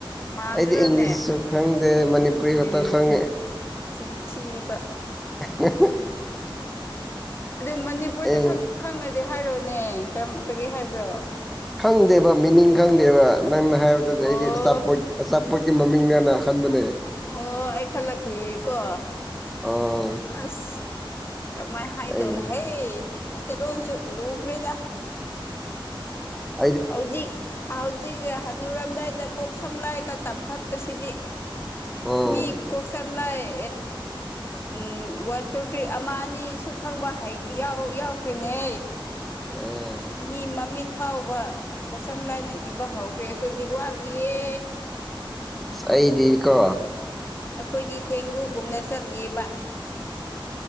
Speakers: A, on the left (about 25°); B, in the centre.
A: ꯃꯥꯟꯗ꯭ꯔꯅꯦ
B: ꯑꯩꯗꯤ ꯏꯪꯂꯤꯁꯁꯨ ꯈꯪꯗꯦ ꯃꯅꯤꯄꯨꯔꯤ
A: ꯎꯝ
B: ꯈꯛꯇꯪ ꯈꯪꯉꯦ
A: ꯆꯤꯟꯊꯤꯕ
B: ꯎ
A: ꯑꯗꯨ ꯃꯅꯤꯄꯨꯔꯗ
B: ꯑꯦ
A: ꯈꯛ ꯈꯪꯅꯗꯤ ꯍꯥꯏꯔꯣꯅꯦ ꯀꯔꯤ ꯍꯥꯏꯕ꯭ꯔꯣ
B: ꯈꯪꯗꯦꯕ ꯃꯤꯅꯤꯡ ꯈꯪꯗꯦꯕ ꯅꯪꯅ ꯍꯥꯏꯕꯗꯗꯤ
A: ꯑꯣ
B: ꯑꯩꯗꯤ ꯑꯆꯥꯄꯣꯠꯀꯤ ꯑꯆꯥ ꯄꯄꯒꯤ ꯃꯃꯤꯡꯅꯅ ꯑ ꯈꯟꯕꯅꯦ
A: ꯑꯣ ꯑꯩ ꯈꯜꯂꯛꯈꯤ ꯀꯣ
B: ꯑꯣ
A: ꯑꯁ ꯀꯔꯝꯃꯥꯏꯅ ꯍꯥꯏꯗꯧꯅꯣ
B: ꯑꯩ
A: ꯍꯦ ꯃꯩꯇꯩ ꯂꯣꯟꯁꯨ ꯂꯨꯈ꯭ꯔꯦꯗ
B: ꯍ
A: ꯍꯧꯖꯤꯛ ꯍꯧꯖꯤꯛ ꯧꯔꯝꯗꯥꯏꯗ ꯀꯣꯛ ꯁꯝ ꯂꯥꯏꯒ ꯇꯝꯈꯠꯄꯁꯤꯗꯤ
B: ꯑꯣ
A: ꯃꯤ ꯀꯣꯛꯁꯝ ꯂ ꯑꯦ ꯎꯝ ꯋꯥꯟ ꯇꯨ ꯊ꯭ꯔꯤ ꯑꯃ ꯑꯅꯤ ꯁ ꯈꯪꯕ ꯌꯥꯎꯈ꯭ꯔꯤꯅꯦ
B: ꯑꯦ
A: ꯃꯤ ꯃꯃꯤꯟ ꯐꯥꯎꯕ ꯀꯣꯛꯁꯝ ꯂꯥꯏꯅ ꯏꯕ ꯍꯧꯈ꯭ꯔꯦ ꯑꯩꯈꯣꯏꯗꯤ ꯋꯥꯠꯂꯤꯌꯦ
B: ꯑꯩꯗꯤꯔꯀ
A: ꯑꯩꯈꯣꯏꯗꯤ ꯊꯦꯡꯒꯨꯒꯨꯝꯅ ꯆꯠꯂꯤꯕ